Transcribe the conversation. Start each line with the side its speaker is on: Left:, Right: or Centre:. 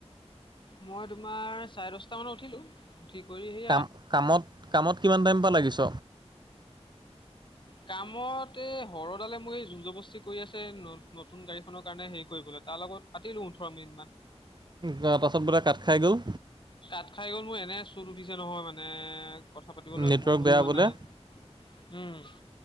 Left: মই তোমাৰ চাৰে দশটা মানত উঠিলো। ঠিক কৰি সেই
Right: কাম কামত কামত কিমান টাইমপ লাগিছ?
Left: কামত এই হৰডালে মোৰ জুৰ জুবস্তি কৰি আছে। নতুন গাড়ীখনৰ কাৰণে হেৰি কৰিবলৈ তাৰ লগত। পাতিলো ওঠৰ মিনিটমান।
Right: তাৰ পিছত বোলে কাঠ খাই গ'ল।
Left: তাত খাই গ'ল মোৰ এনে চত উঠিছে নহয় মানে কথা পাতিবলৈ
Right: নেটৱৰ্ক
Left: মনো
Right: বেয়া
Left: যোৱা
Right: বোলে
Left: নাই। উ'ম